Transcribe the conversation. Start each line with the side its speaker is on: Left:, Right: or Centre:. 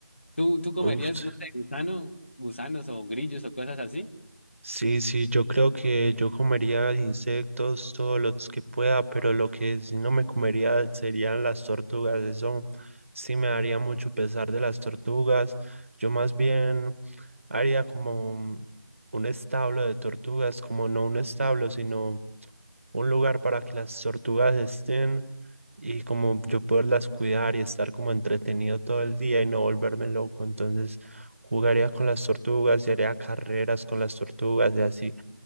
Left: ¿Tú, tú comerías,
Right: Uf,
Left: no sé, gusano, gusanos o grillos o cosas así?
Right: Sí, sí, yo creo que yo comería insectos todos los que pueda, pero lo que sí no me comería serían las tortugas. Eso sí me daría mucho pesar de las tortugas. Yo más bien haría como un un establo de tortugas, como no un establo, sino un lugar para que las tortugas estén y como yo poderlas cuidar y estar como entretenido todo el día y no volverme loco. Entonces jugaría con las tortugas y haría carreras con las tortugas y así.